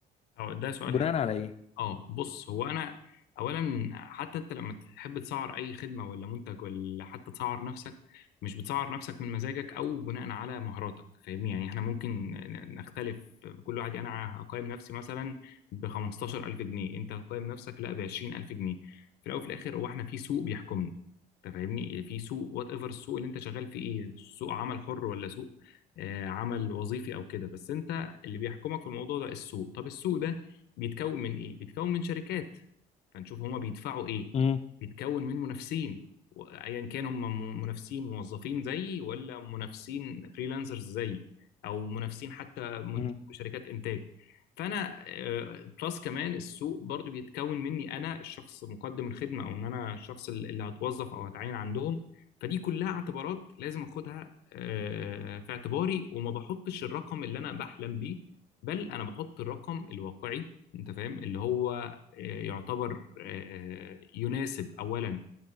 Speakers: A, on the left (about 75°); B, on the left (about 40°).
A: اه ده سؤال
B: بناء على ايه
A: اه بص هو انا اولا حتى انت لما تحب تسعر اي خدمه ولا منتج ولا حتى تسعر نفسك مش بتسعر نفسك من مزاجك او بناء على مهاراتك فاهمني يعني احنا ممكن نختلف كل واحد يعني انا هقيم نفسي مثلا ب 15000 جنيه انت هتقيم نفسك لا ب 20000 جنيه في الاول وفي الاخر هو احنا في سوق بيحكمنا انت فاهمني في سوق وات ايفر السوق اللي انت شغال فيه ايه سوق عمل حر ولا سوق آه، عمل وظيفي او كده بس انت اللي بيحكمك في الموضوع ده السوق طب السوق بيتكون من ايه بيتكون من شركات فنشوف هما بيدفعوا ايه
B: مم،
A: بيتكون من منافسين وايا كان هم م- منافسين موظفين زيي ولا منافسين فريلانسرز زيي او منافسين حتى منتج
B: مم،
A: شركات انتاج فانا آه، بلس كمان السوق برضو بيتكون مني انا الشخص مقدم الخدمه او ان انا الشخص اللي اللي هتوظف او هتعين عندهم فدي كلها اعتبارات لازم اخدها آه، في اعتباري وما بحطش الرقم اللي انا بحلم بيه بل انا بحط الرقم الواقعي انت فاهم اللي هو آه، يعتبر آه، آه، يناسب اولا